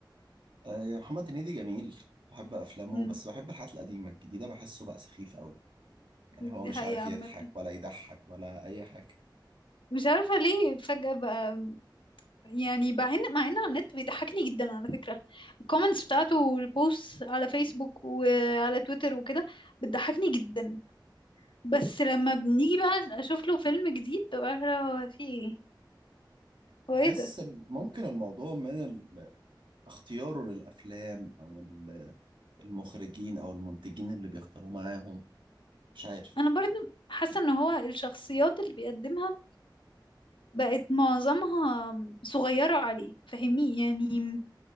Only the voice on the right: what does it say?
آه، يا محمد هنيدي جميل بحب افلامه
بس بحب الحاجات القديمه الجديده بحسه بقى سخيف قوي يعني هو
مش
عارف يضحك
ولا يضحك ولا اي حاجه
بحس
ال- ممكن الموضوع من ال- اختياره للافلام او ال- المخرجين او المنتجين اللي بيختاروه معاهم مش عارف